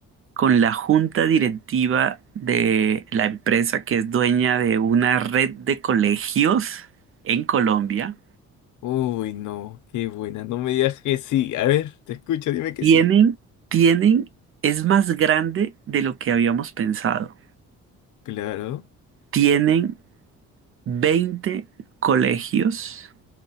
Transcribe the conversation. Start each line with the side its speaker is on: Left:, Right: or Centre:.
Right: con la junta directiva de la empresa que es dueña de una red de colegios en Colombia.
Left: Uy, no, qué buena. No me digas que sí. A ver, te escucho, dime que
Right: Tienen,
Left: sí.
Right: tienen, es más grande de lo que habíamos pensado.
Left: Claro,
Right: Tienen 20 colegios